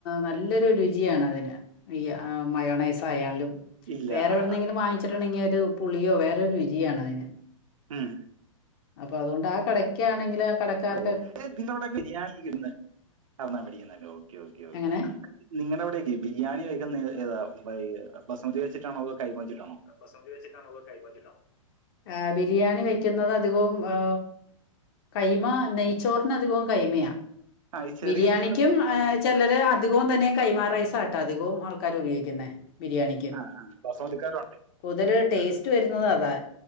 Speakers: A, on the left (about 45°); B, on the right (about 70°).
A: നല്ലൊരു രുചിയാണ് അതിന് വിയ്യ മയോണൈസായാലും
B: ഇല്ല
A: വേറെവിടെന്നെങ്കിലും
B: ആ.
A: വാങ്ങിച്ചിട്ടുണ്ടെങ്കിൽഒരു പുളിയോ വേറൊരു രുചിയാണതിന്
B: ഉം
A: അപ്പൊ അതുകൊണ്ട് ആ കടക്കാ ണെങ്കില് ആ കടക്കാർ
B: ഓ നിങ്ങളോടൊക്കെ ബിരിയാണി തിന്ന് എടന്നാ മേടിക്കുന്നല്ലേ ഓക്കെ ഓക്കെ ഓക്കെ
A: എങ്ങനെ
B: നിങ്ങളവിടെ ഈ ബിരിയാണി വെക്കുന്ന ഏതാ ഏതാ <unintelligible> ബസ്മതി വച്ചിട്ടാണോ അതോ കൈമച്ചിട്ടാണോ
A: ബസ്മതി വെച്ച്ട്ടാണോ അതോ കൈമ വെച്ച് ട്ടാണോ ബിരിയാണി വെക്കുന്നത് അധികവും ഏ കൈമ നെയ് ചോറിനാധികവും കൈമായാ
B: ആ ഈ ചെറിയ
A: ബിരിയാണിക്കും
B: അരിയാണ് ബിരിയാണി
A: ഏച്ച് ചിലര് അധികവും തന്നെ കൈമാ റൈസാട്ടോ അധികവും ആൾക്കാരു ഉപയോഗിക്കുന്നേ ബിരിയാണിക്കും
B: ആ ആ ബസുമതിക്കാരുണ്ട്
A: കൂതല് ടേസ്റ്റ് വരുന്നത് അതാ